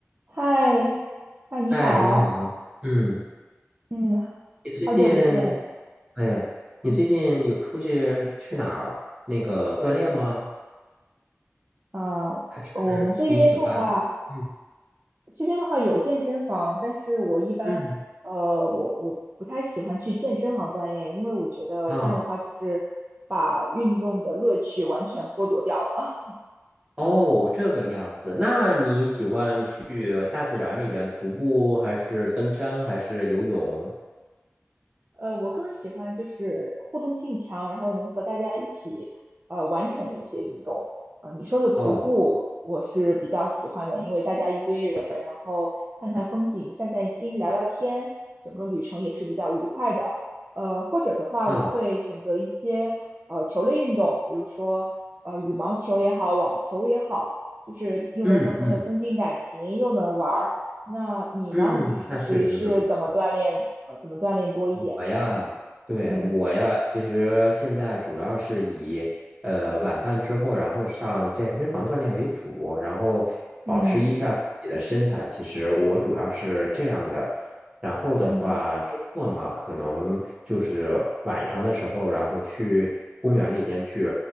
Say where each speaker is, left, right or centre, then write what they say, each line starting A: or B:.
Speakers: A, on the right; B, on the right.
A: 嗨，嗨，你好，
B: 哎，你好，嗯，
A: 嗯，
B: 你最近，
A: 好久不见，
B: 哎呀，你最近有出去去哪儿那个锻炼吗？
A: 嗯，呃，
B: 还是你喜欢？
A: 我们这边的话，
B: 嗯
A: 这边的话有健身房，但是我一般，
B: 嗯
A: 呃，我我不太喜欢去健身房锻炼，因为我觉得这样的话就是把运动的乐趣完全剥夺掉了。
B: 啊，哦，这个样子，那你喜欢去大自然里边徒步，还是登山，还是游泳？
A: 呃，我更喜欢就是互动性强，然后能和大家一起呃完成的一些运动。呃，你说的徒步我是比较喜欢的，
B: 哦
A: 因为大家一堆人，然后看看风景、散散心、聊聊天，整个旅程也是比较愉快的。呃，或者的话，
B: 啊，
A: 我会选择一些呃球类运动，比如说呃羽毛球也好，网球也好，就是又能和朋友增进感情，
B: 嗯嗯
A: 又能玩儿。那你呢？
B: 嗯，
A: 你平时是怎么锻炼？
B: 那确实是不错。
A: 呃，怎么锻炼多一点呢
B: 我呀，对，
A: 嗯
B: 我呀，其实现在主要是以呃晚饭之后，然后上健身房锻炼为主，然后保持一下自己的身材。
A: 嗯
B: 其实我主要是这样的。然后的话，
A: 嗯
B: 周末嘛，可能就是晚上的时候，然后去公园里边去，